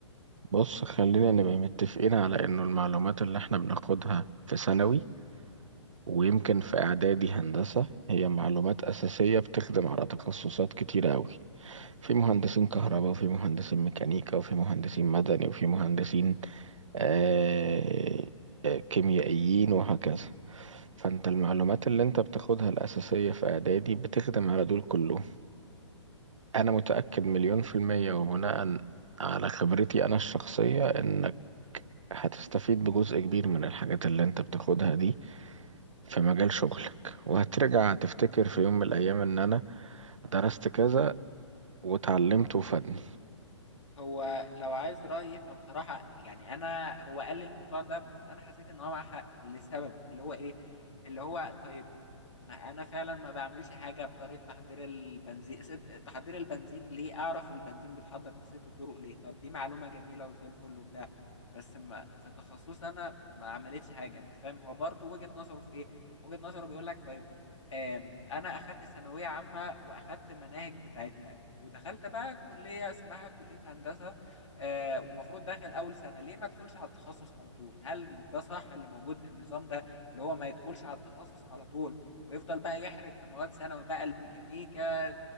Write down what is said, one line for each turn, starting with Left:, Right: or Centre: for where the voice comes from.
Right: بص خلينا نبقى متفقين على انه المعلومات اللي احنا بناخدها في ثانوي ويمكن في اعدادي هندسة هي معلومات اساسية بتخدم على تخصصات كتيرة اوي في مهندسين كهرباء وفي مهندسين ميكانيكا وفي مهندسين مدني وفي مهندسين آه آه، كيميائيين وهكذا فانت المعلومات اللي انت بتاخدها الأساسية في إعدادي بتخدم على دول كلهم أنا متأكد مليون في المية وبناء على خبرتي أنا الشخصية إنك هتستفيد بجزء كبير من الحاجات اللي انت بتاخدها دي في مجال شغلك وهترجع تفتكر في يوم من الأيام إن أنا درست كذا وتعلمته وفادني
Left: هو لو عايز رأيي فبصراحة يعني أنا هو قال لي الموضوع ده بس أنا حسيت إن هو معاه حق لسبب اللي هو إيه اللي هو طيب ما أنا فعلا ما بعملش حاجة بطريقة تحضير البنزين ست تحضير البنزين ليه أعرف البنزين بيتحضر بست طرق ليه طب دي معلومة جميلة وزي الفل وبتاع بس ما في تخصصي أنا ما عملتش حاجة أنت فاهم هو برضه وجهة نظره في إيه وجهة نظره بيقول لك طيب آم، أنا أخدت ثانوية عامة وأخدت مناهج بتاعتها ودخلت بقى كلية اسمها كلية هندسة آه والمفروض داخل أول سنة ليه ما ادخلش على التخصص على طول هل ده صح اللي موجود النظام ده اللي هو ما يدخلش على التخصص على طول ويفضل بقى يحرد في مواد ثانوي بقى الميكانيكا آه،